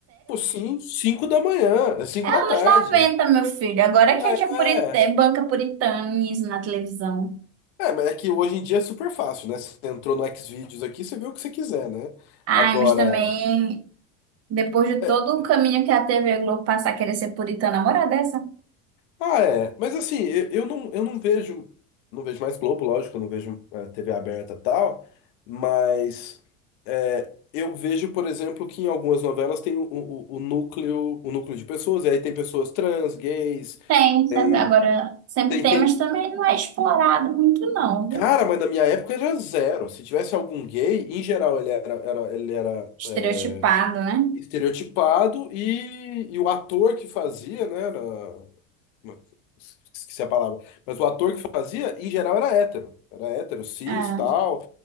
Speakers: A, on the left (about 75°); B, on the right (about 40°).
A: Pô, sim, 5 da manhã, 5
B: É
A: da
B: anos
A: tarde.
B: 90, meu filho. Agora
A: É.
B: que tinha
A: é.
B: purité, banca puritanismo na televisão.
A: É, mas é que hoje em dia é super fácil, né? Você entrou no Xvideos aqui, você vê o que você quiser, né?
B: Ai,
A: Agora.
B: mas também, depois de
A: é-
B: todo o caminho que a TV Globo passar, querer ser puritana, moral dessa?
A: Ah, é. Mas assim, eu, eu não, eu não vejo. Não vejo mais Globo, lógico, eu não vejo é, TV aberta e tal. Mas. é, eu vejo, por exemplo, que em algumas novelas tem o, o, o núcleo, o núcleo de pessoas, e aí tem pessoas trans, gays,
B: Tem, sempre,
A: tem,
B: agora sempre
A: tem,
B: tem,
A: tem-
B: mas também não é explorado muito, não, viu?
A: Cara, mas na minha época era zero. Se tivesse algum gay, em geral ele era, era, ele era
B: Estereotipado,
A: é,
B: né?
A: estereotipado e, e o ator que fazia, né, era, uma- Esqueci a palavra. Mas o ator que fazia, em geral, era hétero. Era hétero, cis,
B: Ah,
A: tal.